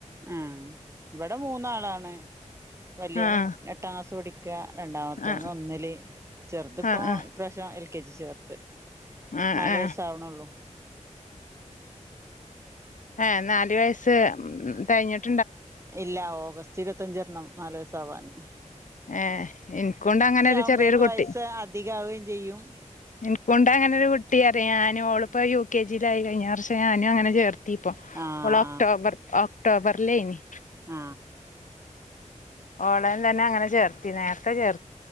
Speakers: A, on the right; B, on the left.
A: ഉം ഇവിടെ മൂന്നാളാണ് വലിയവന്
B: ആഹ്
A: എട്ടാം ക്ലാസ്സിൽ പഠി ക്ക രണ്ടാമത്തവന്
B: ആഹ്
A: ഒന്നിൽ ചെറുത്പ്പോൾ
B: ആഹ് ആഹ്
A: ഇപ്രാവശ്യം എൽ കെ ജി ചേർത്ത്
B: ആഹ്
A: നാല്
B: ആഹ്
A: വയസ ആവണെ ഉള്ളു
B: ഏഹ നാല് വയസ്സ് തികഞ്ഞിട്ട്
A: ഇല്ല ഓകസ് ഇരുപത്തി അഞ്ചാവണം നാല് വയസ്സ് ആവാന്
B: ഏ എനിക്കൊണ്ട് അങ്ങനെ ഒരു
A: ആവുമ്പോഴേക്ക്
B: ചെറിയൊരു കുട്ടി
A: വയസ്സ് അധികാവുകയും ചെയ്യും
B: എനികൊണ്ട് അങ്ങനൊരു കുട്ടി ഞാൻ ഓളിപ്പോ യു കെ ജിയിലായി കഴിഞ്ഞ വർ പക്ഷെ ഞാനും അങ്ങന ചേർത്ത് ദീപ്പം
A: ആഹ്
B: ഓൾ ഒക്ടോബർക് ട്ടോ ഒക്ടോബറിലായിനി
A: ആ
B: ഓടൻ തന്നെ അങ്ങനെ ചേർത്തി നേരത്തെ ചേർ